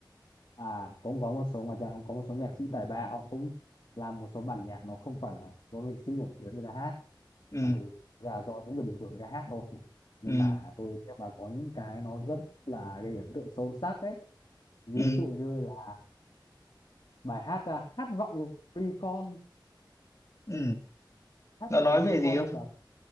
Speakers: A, on the left; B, on the left.
A: à cũng có một số ngoài ra cũng có một số nhạc sĩ tài ba họ cũng làm một số bản nhạc nó không phải là do nghệ sĩ nổi tiếng người ta hát
B: ừ
A: mà thực ra do những người bình thường người ta hát thôi nhưng
B: ừ
A: mà tôi nghe mà có những cái nó rất là gây ấn tượng sâu sắc đấy ví
B: ừ
A: dụ như là bài hát à, khát vọng Recon
B: ừ
A: khát
B: nó
A: vọng
B: nói
A: Recon
B: về gì không
A: là